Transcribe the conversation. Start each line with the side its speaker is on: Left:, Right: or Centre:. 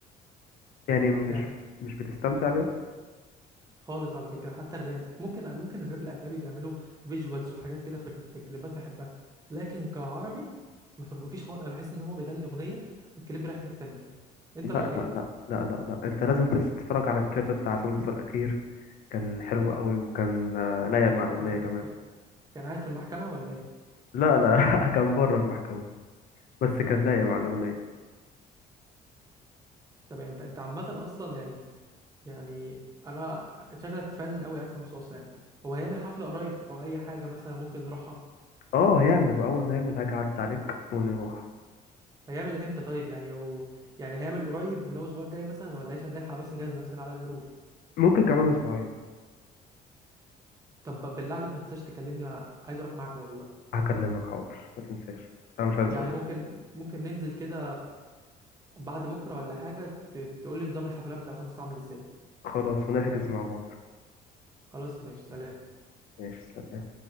Left: يعني مش
Right: يعني
Left: مش بتستمتع بيها
Right: خالص على فكرة حتى الراب ممكن ممكن الراب الأجنبي بيعملوا فيجوالز وحاجات كده في ال- في الكليبات بحبها لكن كعربي ما في- مفيش خالص انا بحس ان هو بيغني أغنية والكليب رايح في حتة تانية انت
Left: لا
Right: رأيك
Left: لا
Right: ايه
Left: لا لا لا لا انت لازم تس- تتفرج على الكليب بتاع سانتوس الاخير كان حلو قوي وكان آه، لايق مع الاغنيه
Right: كان
Left: كمان
Right: كان قاعد في المحكمة ولا ايه
Left: لا لا <laughs> كان بره المحكمه بس كان لايق مع الاغنيه
Right: طب يعني انت انت عامة اصلا يعني يعني انا شكلك فن قوي لعصام صوصة يعني هو هيعمل حفلة قريب او اي حاجة مثلا ممكن نروحها
Left: اه هيعمل واول ما يعمل هاجي اعدي عليك ونروح
Right: هيعمل امتى طيب يعني هو يعني هيعمل قريب اللي هو الاسبوع الجاي مثلا ولا ايش هنلحق بس نجهز نفسنا على الأقل نروح
Left: ممكن كمان اسبوعين
Right: طب ب- بالله عليك ما تنساش تكلمني عايز اروح معاك والله
Left: هكلمك حاضر ما تنساش انا مش هنسى
Right: يعني
Left: قصدي.
Right: ممكن ممكن ننزل كده بعد بكرة ولا حاجة ت- تقول لي نظام الحفلات بتاع عصام صوصة عامل ازاي
Left: خلاص ونحجز مع بعض
Right: خلاص ماشي سلام
Left: ماشي سلام